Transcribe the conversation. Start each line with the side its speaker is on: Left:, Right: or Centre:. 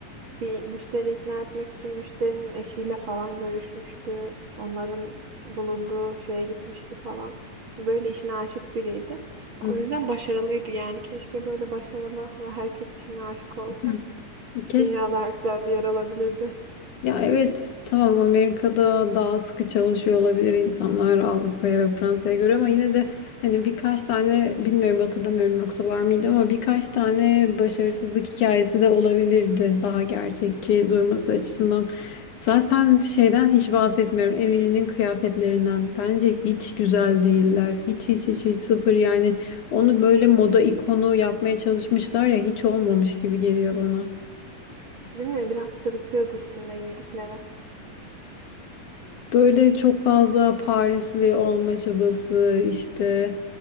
Right: Bir müşteri ikna etmek için müşterinin eşiyle falan görüşmüştü. Onların bulunduğu şeye gitmişti falan. Böyle işine aşık biriydi.
Left: Hı
Right: O yüzden başarılıydı yani. Keşke böyle başarılı ve herkes işine aşık olsa.
Left: hı. Keşke
Right: Dünya daha güzel bir yer alabilirdi.
Left: Ya evet tamam Amerika'da daha sıkı çalışıyor olabilir insanlar Avrupa'ya ve Fransa'ya göre ama yine de hani birkaç tane bilmiyorum hatırlamıyorum yoksa var mıydı ama birkaç tane başarısızlık hikayesi de olabilirdi daha gerçekçi durması açısından. Zaten şeyden hiç bahsetmiyorum Emily'nin kıyafetlerinden bence hiç güzel değiller hiç hiç hiç hiç sıfır yani onu böyle moda ikonu yapmaya çalışmışlar ya hiç olmamış gibi geliyor bana.
Right: Değil mi? Biraz sırıtıyordu üstünde giydikleri.
Left: Böyle çok fazla Parisli olma çabası, işte